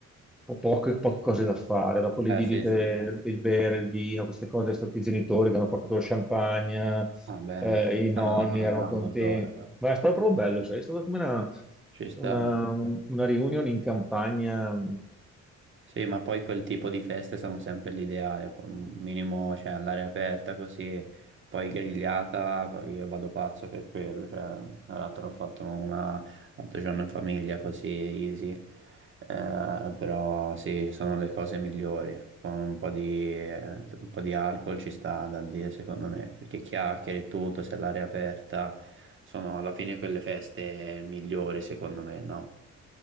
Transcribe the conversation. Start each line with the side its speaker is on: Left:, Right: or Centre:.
Centre: po- poche, poche cose da fare. Dopo le
Right: Beh,
Centre: bibite,
Right: sì, insomma,
Centre: il il bere, il vino, queste cose, sono stati i genitori che hanno portato lo champagne,
Right: ah, beh,
Centre: eh, i nonni
Right: hanno dato una
Centre: erano
Right: mano
Centre: contenti.
Right: allora, dai.
Centre: Ma è stato proprio bello, sai, è stata come una,
Right: ci sta.
Centre: una, un- una reunion in campagna
Right: Sì, ma poi quel tipo di feste sono sempre l'ideale, poi un minimo, cioè, all'aria aperta così, poi grigliata, poi io vado pazzo per quello, cioè, tra l'altro ho fatto una l'altro giorno in famiglia così, easy, Eh, però sì, sono le cose migliori, con un po' di, eh, un po' di alcol ci sta da dire secondo me, perché chiacchiere e tutto, se all'aria aperta, sono alla fine quelle feste migliori secondo me, no?